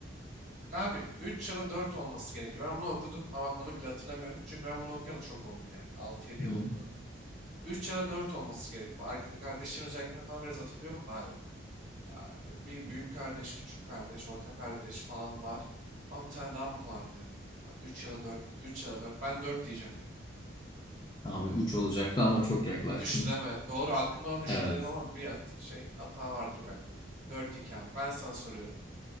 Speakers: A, on the right; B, on the left.
A: Abi 3 ya da 4 olması gerekiyor. Ben bunu okudum ama bak onu bile hatırlamıyorum. Çünkü ben bunu okuyalı çok oldu yani. altı yedi
B: Hı.
A: yıl oldu. üç ya da 4 olması gerekiyor. Bu arka kardeşin özelliklerini falan biraz hatırlıyorum da abi. Ya bir büyük kardeş, küçük kardeş, orta kardeş falan var. Ama bir tane daha mı vardı? üç ya da dört üç ya da dört Ben 4 diyeceğim.
B: Abi üç olacaktı ama çok yaklaştın.
A: 3 deme. Doğru aklımda olan 3
B: Evet.
A: dedim ama bir hat şey hata vardır belki. dört 2 abi. Ben sana soruyorum.